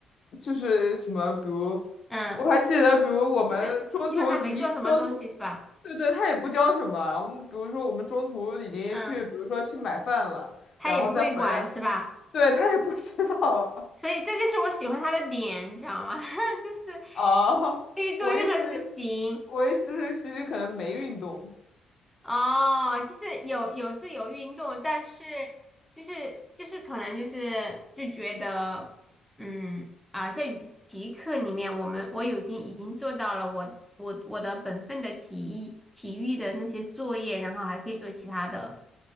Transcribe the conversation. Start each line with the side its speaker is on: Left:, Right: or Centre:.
Left: 就是什么，比如
Centre: 嗯，
Left: 我还记得，比如我们中途离中途，
Centre: 就是基本上没做什么东西是吧？
Left: 对对，他也不教什么。然后比如说我们中途已经去，
Centre: 嗯，
Left: 比如说去买饭了，
Centre: 他也不会管是吧？
Left: 然后再回来，对，他也不知道
Centre: 所以这就是我喜欢他的点，你知道吗？<laughs>
Left: <laughs> 啊。
Centre: 就是可以做任何事情，
Left: 我意思是，我意一是，其实可能没运动。
Centre: 哦，就是有有是有运动，但是就是就是可能就是就觉得，嗯啊，在体育课里面，我们我已经已经做到了我我我的本分的体育体育的那些作业，然后还可以做其他的，